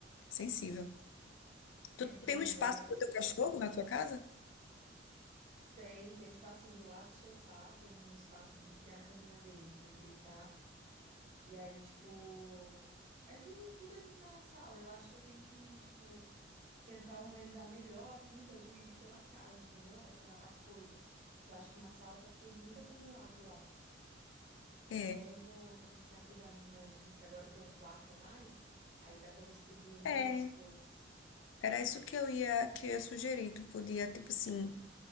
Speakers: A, on the left (about 85°); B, on the right (about 40°).
A: sensível. Tu
B: é, então,
A: tem um espaço
B: mas eu...
A: para o teu cachorro na tua casa?
B: Tem, tem um espacinho do lado do sofá, tem um espaço, assim, que tem a caminha dele, pra ele deitar E aí, tipo, é tudo, tudo ali na sala. Eu acho que eu tenho que, tipo, tentar organizar melhor, assim, pra dividir pela casa, entendeu? Essa, as coisas. Eu acho que na sala tá tudo muito acumulado lá. Mas
A: É.
B: agora eu vou, vou começar a cuidar mais disso, que agora que tem um quarto a mais, aí dá pra distribuir melhor
A: É.
B: as coisas.
A: Era isso que eu ia, que eu ia sugerir. Tu podia, tipo assim,